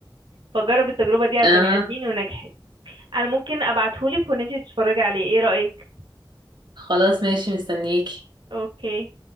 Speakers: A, on the right; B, on the right.
A: فجرب التجربة دي على
B: اها
A: البني ادمين ونجحت انا ممكن ابعتهولك وان انتي تتفرجي عليه ايه رأيك
B: خلاص ماشي مستنيك
A: اوكي